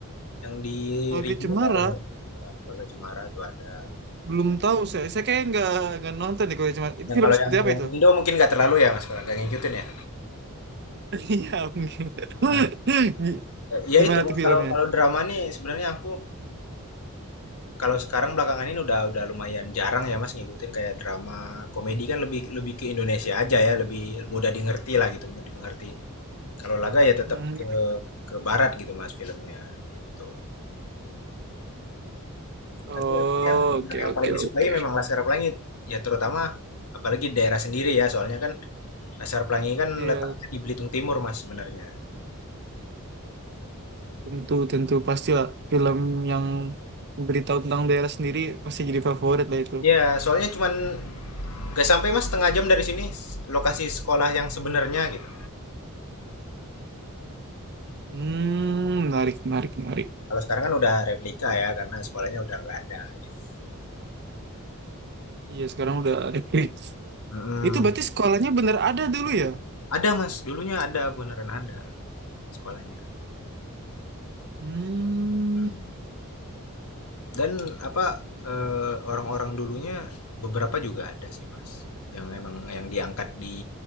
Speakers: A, on the left (about 80°); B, on the right (about 50°).
A: Yang di
B: Kalau
A: remake
B: Ki Cemara,
A: apa yang heeh, Keluarga Cemara tuh ada.
B: belum tahu saya. Saya kayak nggak nggak nonton deh kalau Ki Cemara. Itu
A: Yang
B: film
A: kalau
B: seperti
A: yang
B: apa
A: yang
B: itu? <laughs>
A: Indo mungkin nggak terlalu ya Mas, kalau nggak ngikutin ya?
B: Iya, mungkin. <laughs>
A: Nah,
B: Gi-
A: eee, ya
B: Gimana
A: itu Mas,
B: tuh filmnya?
A: kalau kalau drama nih sebenarnya aku kalau sekarang belakangan ini udah udah lumayan jarang ya Mas, ngikutin kayak drama komedi kan lebih lebih ke Indonesia aja ya, lebih mudah dimengerti lah gitu, mudah dimengerti. Kalau laga ya tetap
B: Hmm.
A: ke ke barat gitu Mas, filmnya, gitu.
B: Oh,
A: Tapi yang
B: oke,
A: yang
B: oke,
A: paling disukai
B: oke.
A: memang Laskar Pelangi, ya terutama apalagi daerah sendiri ya, soalnya kan Laskar Pelangi kan
B: Iya,
A: letaknya di Belitung Timur, Mas, sebenarnya.
B: tentu, tentu. Pasti lah film yang beritahu tentang daerah sendiri pasti jadi favorit lah itu.
A: Ya, soalnya cuman gak sampai Mas setengah jam dari sini s- lokasi sekolah yang sebenarnya gitu.
B: Hmm, menarik, menarik, menarik.
A: Kalau sekarang kan udah replika ya karena sekolahnya udah nggak ada gitu.
B: Iya, sekarang udah ada klik.
A: Mm-mm.
B: Itu berarti sekolahnya bener ada dulu ya?
A: Ada Mas, dulunya ada beneran ada sekolahnya.
B: Hmm,
A: Mm. Dan apa eh, orang-orang dulunya beberapa juga ada sih Mas, yang emang yang diangkat di